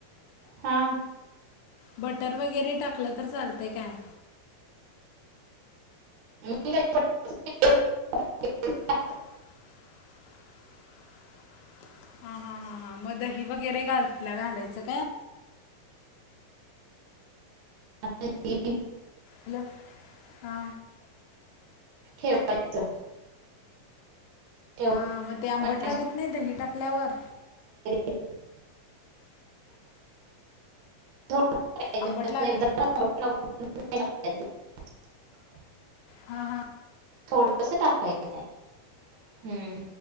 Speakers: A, on the right; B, on the left.
A: हा.
B: बटर वगैरे टाकलं तर चालतय काय
A: मी काय बटरऽ <unintelligible>
B: <inaudible> हा, हा हा, हा मग दही वगैरे घालला, घालायचं काय
A: आता तेऽ <unintelligible>
B: ल हा
A: ठेवायचं ठेवून
B: हा मग ते आंबट
A: थोडस
B: लागत नाही दही टाकल्यावर
A: <inaudible> <inaudible>
B: आंबट लाग हा, हा,
A: थोडंस टाकाय नाही, हम्म.